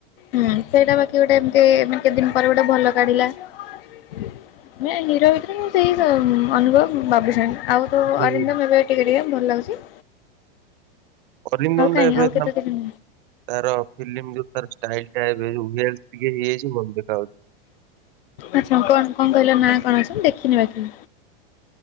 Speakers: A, on the left; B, on the right.
A: ହୁଁ ସେଇଟା ବାକି ଗୋଟେ ଏମତି କେତେ ଦିନ ପରେ ଗୋଟେ ଭଲ କାଢିଲା। ନା ହିରୋ ଭିତରେ ମୁଁ ସେଇ ଅନୁଭବ ବାବୁସାନ୍ ଆଉ ତ
B: ଯୋଉ
A: ଅରିନ୍ଦମ୍ ଏବେ ଟିକେ ଟିକେ ଭଲ ଲାଗୁଛି।
B: ଅରିନ୍ଦମ୍
A: ଆଉ କାହିଁ
B: ଟା ଏବେ
A: ଆଉ କେତେ ଦିନ
B: ତାର ଫିଲ୍ମ ଯୋଉ ତାର ଷ୍ଟାଇଲ ଟା ଏବେ ଯୋଉ ହେଥ୍ଲ ଟିକେ ହେଇଯାଇଛି ଭଲ ଦେଖା ଯାଉଛି।
A: ଆଚ୍ଛା କଣ କଣ କହିଲା ନା କଣ ଅଛନ୍ତି ଦେଖିନି ବାକି।